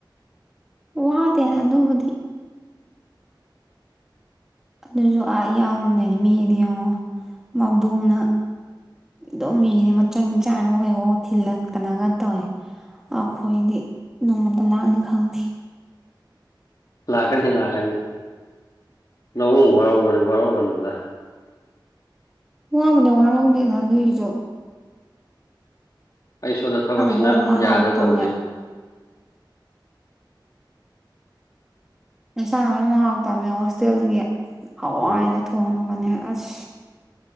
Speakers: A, in the centre; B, on the left.
A: ꯋꯥꯗꯦꯅ ꯑꯗꯨꯕꯨꯗꯤ ꯑꯗꯨꯁꯨ ꯑꯥ ꯏꯌꯥꯝꯃꯅꯤꯅꯤ ꯃꯤꯗꯤ ꯌꯦꯡꯉꯣ ꯃꯕꯨꯡꯅ ꯑꯗꯨꯝ ꯃꯤꯗꯤ ꯃꯆꯟ ꯆꯥꯅꯕ ꯀꯩꯀꯥꯎ ꯊꯤꯜꯂꯛꯇꯅꯒ ꯇꯧꯏꯤ ꯑꯩꯈꯣꯏꯗꯤ ꯅꯣꯡꯃꯇ ꯂꯥꯛꯅꯤ ꯈꯪꯗꯦ
B: ꯂꯥꯛꯀꯅꯤ ꯂꯥꯛꯀꯅꯤ ꯅꯪ ꯋꯥꯔꯧꯒꯅꯤ ꯋꯥꯔꯧꯒꯅꯨꯗ
A: ꯄꯃꯅꯦꯦ ꯋꯥꯔꯒꯗꯤ ꯅꯅꯇꯣ
B: ꯑꯩ ꯁꯣꯝꯗ ꯊꯕꯛꯁꯤꯅ
A: ꯃꯔꯣꯟ ꯑꯃ ꯍꯥꯎꯇꯝꯅꯦ
B: ꯌꯥꯗ ꯇꯧꯕꯩꯅꯤ
A: ꯑꯦꯟꯁꯥꯡ ꯑꯃ ꯃꯍꯥꯎ ꯇꯝꯃꯦ ꯍꯣꯁꯇꯦꯜꯒꯤ ꯑꯥꯎꯏꯩꯅ
B: ꯎꯝ
A: ꯊꯣꯡꯉ ꯅꯦ ꯑꯁ